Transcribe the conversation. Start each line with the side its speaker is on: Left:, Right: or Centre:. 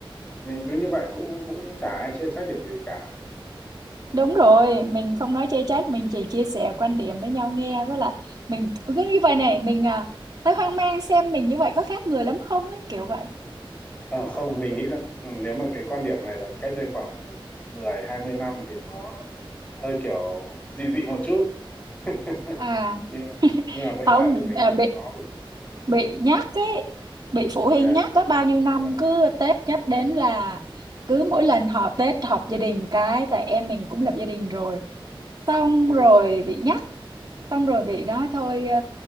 Left: mình cứ như vậy cũng cũng cũng chả ai chê trách được gì cả.
Right: Đúng rồi, mình không nói chê trách, mình chỉ chia sẻ quan điểm với nhau nghe với lại mình cứ như vậy này, mình à, thấy hoang mang xem mình như vậy có khác người lắm không ấy, kiểu vậy.
Left: À, không, mình nghĩ là ừ, nếu mà cái quan điểm này là cách đây khoảng mười hai mươi năm thì nó hơi kiểu dị dị một chút. <laughs>
Right: À,
Left: Nhưng nhưng mà bây
Right: không,
Left: giờ thì mình
Right: à,
Left: thấy
Right: bị
Left: nó bình thường.
Right: bị nhắc ấy, bị phụ huynh
Left: Ừ,
Right: nhắc có bao nhiêu năm
Left: đúng rồi.
Right: cứ Tết nhắc đến là cứ mỗi lần họ Tết họp gia đình cái tại em mình cũng lập gia đình rồi. Xong
Left: Ừ,
Right: rồi bị nhắc, xong rồi bị nói thôi ờ,